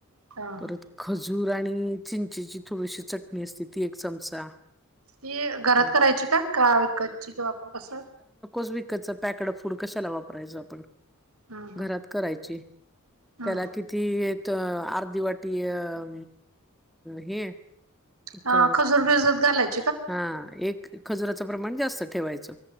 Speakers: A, on the right; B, in the centre.
A: हा
B: परत
A: हा
B: जूर आणि चिंचीची थोडीशी चटणी असते ती एक चमचा
A: ती घरात
B: अ,
A: करायची का का विकतची वापर कस
B: स विकत पॅकड फूड कशाला वापरायचं आपण
A: हा हा
B: घरात करायची
A: हम्म
B: त्याला किती अर्धी वाटी अ हे
A: ह
B: क
A: खजूर बिजूर घालायच
B: हा एक खजुराचं प्रमाण जास्त ठेवायचं